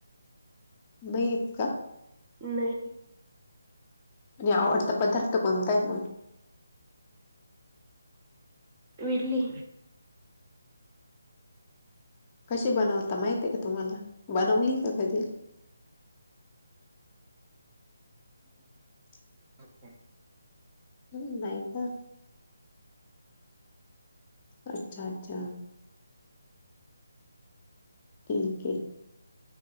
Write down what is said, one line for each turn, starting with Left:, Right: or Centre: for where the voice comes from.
Left: नाहीत का
Right: नाही
Left: म्हणजे आवडता पदार्थ कोणता आहे मग
Right: बडली
Left: कसे बनवता माहित आहे का तुम्हाला बनवली का कधी <inaudible>
Right: अच्छा
Left: हम् नाहीय का अच्छा अच्छा के